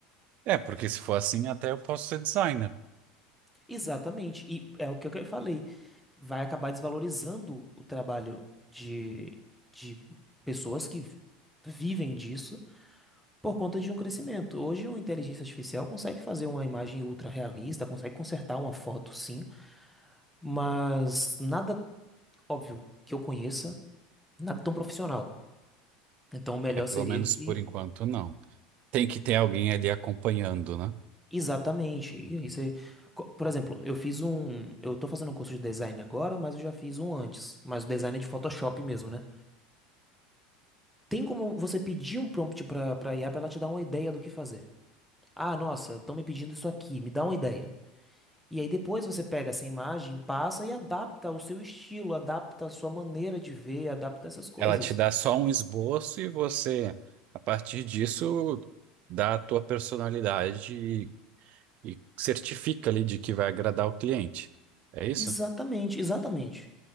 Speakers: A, on the right (about 50°); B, in the centre.
A: É, porque se for assim, até eu posso ser designer.
B: Exatamente. E é o que eu falei. Vai acabar desvalorizando o trabalho de, de pessoas que vivem disso por conta de um crescimento. Hoje, uma inteligência artificial consegue fazer uma imagem ultra realista, consegue consertar uma foto, sim, mas nada óbvio que eu conheça, nada tão profissional. Então, o melhor
A: É, pelo
B: seria
A: menos
B: que.
A: por enquanto, não. Tem que ter alguém ali acompanhando, né?
B: Exatamente. E aí você... co- Por exemplo, eu fiz um. Eu tô fazendo um curso de design agora, mas eu já fiz um antes. Mas o design é de Photoshop mesmo, né? Tem como você pedir um prompt pra, pra IA pra ela te dar uma ideia do que fazer. Ah, nossa, estão me pedindo isso aqui, me dá uma ideia. E aí depois você pega essa imagem, passa e adapta ao seu estilo, adapta a sua maneira de ver, adapta essas coisas.
A: Ela te dá só um esboço e você, a partir disso, dá a tua personalidade e, e certifica ali de que vai agradar o cliente. É isso?
B: Exatamente, exatamente.